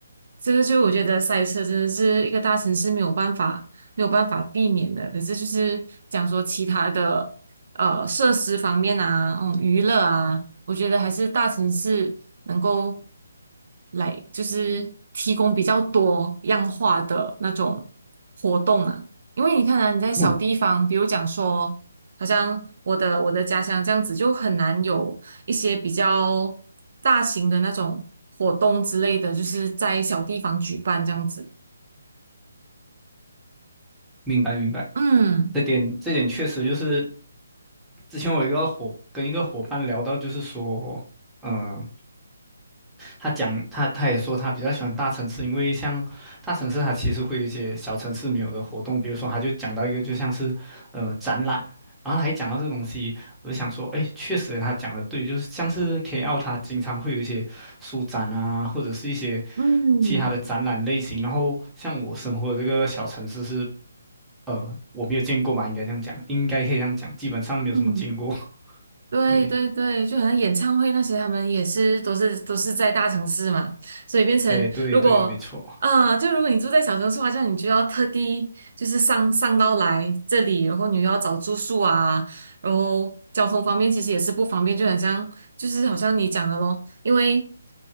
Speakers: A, on the right; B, in the centre.
A: 这个就我觉得塞车真的是一个大城市没有办法没有办法避免的。可是就是讲说其他的呃设施方面啊，嗯，娱乐啊，我觉得还是大城市能够来就是提供比较多样化的那种活动啊。因为你看啊，你在小地方，
B: 嗯
A: 比如讲说。好像我的我的家乡这样子就很难有一些比较大型的那种活动之类的，就是在小地方举办这样子。
B: 明白明白。
A: 嗯
B: 这点这点确实就是，之前我一个伙跟一个伙伴聊到，就是说，嗯、他讲他他也说他比较喜欢大城市，因为像大城市它其实会有一些小城市没有的活动，比如说他就讲到一个就像是呃展览，然后他一讲到这个东西，我就想说，哎，确实他讲的对，就是像是 KL 它经常会有一些书展啊，或者是一些
A: 嗯
B: 其他的展览类型，然后像我生活的这个小城市是呃，我没有见过吧，应该这样讲，应该可以这样讲，基本上没有什么见过。
A: 嗯。
B: <laughs>
A: 对对对，
B: 对，
A: 就好像演唱会那些，他们也是都是都是在大城市嘛，所以变成如果啊、
B: 哎，对对，没错，
A: 就如果你住在小城市的话，这样你就要特地就是上上到来这里，然后你又要找住宿啊，然后交通方面其实也是不方便，就很像就是好像你讲的咯，因为